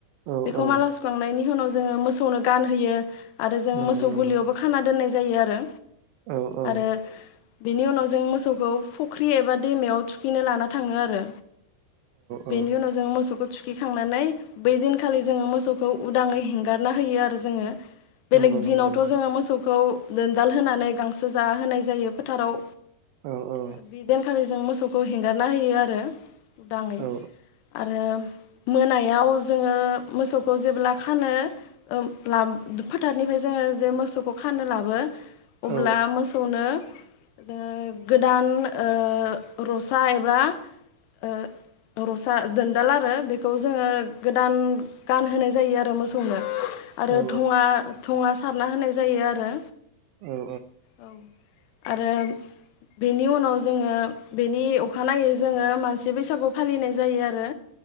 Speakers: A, on the right (about 90°); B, on the left (about 80°).
A: औ
B: बेखौ
A: औ
B: माला सुखांनायनि हुनाव जोङो मोसौनो गानहोयो। आरो जों
A: नंगौ
B: मोसौ
A: नंगौ
B: गुलियावबो खाना दोन्नाय जायो आरो
A: औ औ
B: आरो बेनि उनाव जों मोसौखौ फुख्रि एबा दैमायाव थुखैनो लाना थाङो आरो
A: औ
B: बेनि उनाव जोङो मोस मोसौखौ थुखिखांनानै बै दिनखालि जोङो मोसौखौ उदाङै हेंगारना होयो आरो जोङो। बेलेग
A: नंगौ नंगौ
B: दिनावथ'
A: नंगौ
B: जोङो मोसौखौ दोनदाल होनानै गांसो जा होनाय जायो फोथाराव
A: औ औ
B: आरो बिदिनखालि जों मोसौखौ हेंगारना होयो आरो उदाङै
A: औ
B: आरो मोनायाव जोङो मोसौखौ जेब्ला फानो ओम लाम फोथारनिफ्राय जोङो जे मोसौखौ खानो लाबो अब्ला
A: औ
B: मोसौनो जो गोदान ओ रसा एबा ओ रसा दोनदाला <unintelligible> बेखौ जोङो गोदान गानहोनाय जायो आरो मोसौनो। आरो
A: औ
B: दुंङा दुंङा स सारना होनाय जायो आरो
A: औ ओ
B: औ आरो बेनि उनाव जोङो बेनि अखानायै जोङो मानसि बैसागु फालिनाय जायो आरो।